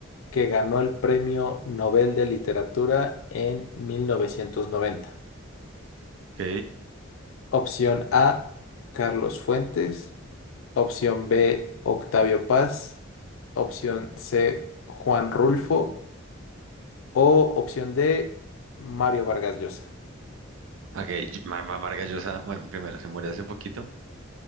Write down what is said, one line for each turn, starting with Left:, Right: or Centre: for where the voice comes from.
Left: que ganó el Premio Nobel de Literatura en 1990?
Right: ok,
Left: Opción A, Carlos Fuentes. Opción B, Octavio Paz. Opción C, Juan Rulfo. O opción D, Mario Vargas Llosa.
Right: ok, Mar Mar- Vargas Llosa, bueno, primero se murió hace poquito,